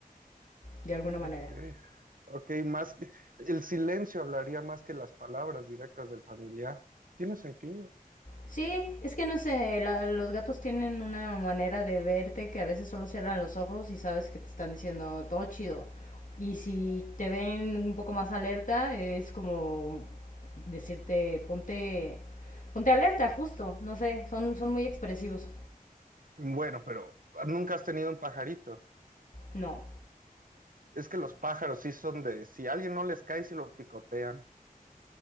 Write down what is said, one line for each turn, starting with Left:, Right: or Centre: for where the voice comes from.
Left: de alguna manera.
Right: Ok, ok, más el silencio hablaría más que las palabras directas del familiar. Tiene sentido.
Left: Sí, es que no sé, la- los gatos tienen una manera de verte que a veces solo cierran los ojos y sabes que te están diciendo todo chido. Y si te ven un poco más alerta, es como decirte ponte ponte alerta, justo, no sé, son son muy expresivos.
Right: Bueno, pero nunca has tenido un pajarito.
Left: No.
Right: Es que los pájaros sí son de, si a alguien no les cae, se lo picotean.